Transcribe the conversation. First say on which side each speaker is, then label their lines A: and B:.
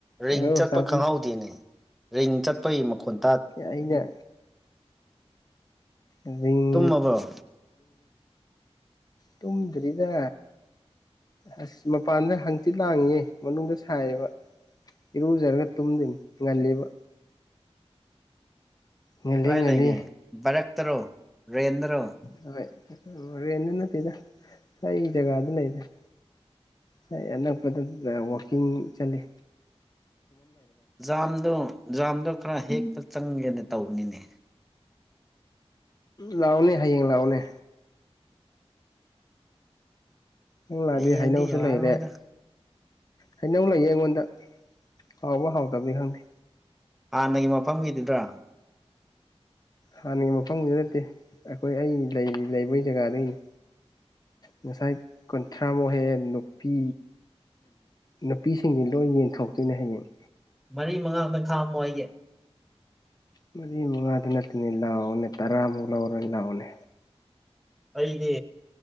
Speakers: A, in the centre; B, on the left.
A: Ring
B: hello
A: ꯆꯠꯄ
B: ꯇꯥꯕꯤ
A: ꯈꯪꯍꯧꯗꯦꯅꯦ ꯔꯤꯡ ꯆꯠꯄꯒꯤ ꯃꯈꫭꯟ꯫
B: ꯀ ꯑꯩꯅ꯫ ꯔꯤꯡ
A: ꯇꯨꯝꯃꯕꫭ꯫
B: ꯇꯨꯝ ꯗ꯭ꯔꯤꯗ꯫ ꯑꯁ ꯃꯄꯥꯟꯗ ꯍꯪꯆꯤꯠ ꯂꯥꯡꯉꯤꯌꯦ ꯃꯅꯨꯡꯗ ꯁꯥꯏꯌꯦꯕ꯫ ꯏꯔꯨꯖꯔꯒ ꯇꯨꯝꯗꫭꯏꯅꯤ ꯉꯜꯂꯤꯕ꯫ ꯉꯜꯂꯤ
A: ꯀꯗꯥꯥꯏ
B: ꯉꯜꯂꯤ
A: ꯂꯩꯒꯦ ꯕꯥꯔꯛꯇꯔꯣ ꯔꯦꯟꯗꯔꯣ꯫
B: ꯍꯣꯏ ꯔꯦꯟꯗ ꯅꯠꯇꯦꯗ ꯁꯨꯋꯥꯏ ꯖꯒꯥꯗ ꯂꯩꯕꯅ‌ꯦ꯫ ꯁꯥꯏ ꯑꯅꯛꯄꯗꯨꯗ ꯋꯥꯛꯀꯤꯡ ꯆꯜꯂꯤ꯫
A: ꯖꯥꯝꯗꯣ ꯖꯥꯝꯗꯣ ꯈꯔ ꯍꯦꯛꯄ ꯆꯪꯒꯦꯅ ꯇꯧꯕꯅꯤꯅꯦ꯫
B: ꯂꯥꯎꯅꯦ ꯍꯌꯦꯡ ꯂꯥꯎꯅꯦ꯫ ꯅꯪ ꯂꯥꯛꯑꯗꯤ
A: ꯍꯌꯦꯡꯗꯤ
B: ꯍꯩꯅꯧꯁꯨ
A: ꯌꯥꯔꯔꯣꯏꯗ
B: ꯂꯩꯔꯦ꯫ ꯍꯩꯅꯧ ꯂꯩꯌꯦ ꯑꯩꯉꯣꯟꯗ ꯍꯥꯎꯕ ꯍꯥꯎꯇꯕꯗꯤ ꯈꯪꯗꯦ꯫
A: ꯍꯥꯟꯅꯒꯤ ꯃꯐꯝꯒꯤꯗꯨꯗ꯭ꯔꯥ꯫
B: ꯍꯥꯟꯅꯒꯤ ꯃꯐꯝꯗꯨꯗ ꯅꯠꯇꯦ ꯑꯈꯣꯏ ꯑꯩ ꯂꯩꯕꯒꯤ ꯖꯒꯥꯗꯒꯤꯅꯤ꯫
A: ꯫ <inaudible>
B: ꯉꯁꯥꯏ ꯀꯨꯟꯊ꯭ꯔꯥꯃꯨꯛ ꯍꯦꯛꯑꯦ ꯅꯨꯄꯤ ꯅꯨꯄꯤꯁꯤꯡꯒꯤ ꯂꯣꯏ ꯌꯦꯟꯊꯣꯛꯇ꯫ ꯑꯩꯅ ꯍꯌꯦꯡ꯫
A: ꯃꯔꯤ ꯃꯉꯥꯗ ꯈꯥꯛꯑꯝꯃꯣ ꯑꯩꯒꯤ꯫
B: ꯃꯔꯤ ꯃꯉꯥꯗ ꯅꯠꯇ‌ꯦꯅ‌ꯦ ꯂꯥꯎꯑꯣꯅꯦ ꯇꯔꯥꯃꯨꯛ ꯂꯧꯔ ꯂꯥꯛꯑꯣꯅꯦ꯫
A: ꯑꯩꯗꯤ